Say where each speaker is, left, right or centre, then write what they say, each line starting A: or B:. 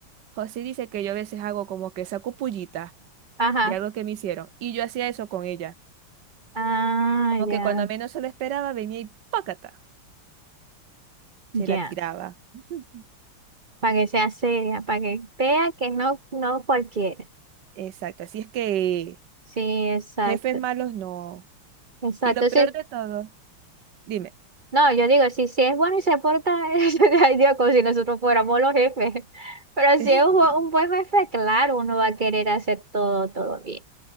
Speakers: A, on the right; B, on the right.
A: Josi dice que yo a veces hago como que saco pullita
B: ajá.
A: de algo que me hicieron y yo hacía eso con ella.
B: Ah,
A: Como
B: ya,
A: que cuando menos se lo esperaba venía y ¡pácata! Se
B: ya.
A: la tiraba. <laughs>
B: para que sea seria, para que vea que no, no cualquiera.
A: Exacto, así es que
B: Sí, exacto,
A: jefes malos no.
B: exacto.
A: Y lo peor
B: Sí,
A: de todo, dime.
B: no, yo digo, si, si es bueno y se porta, <laughs> ay Dios, como si nosotros fuéramos los jefes. Pero
A: <laughs>
B: si es un, bu- un buen jefe, claro, uno va a querer hacer todo, todo bien.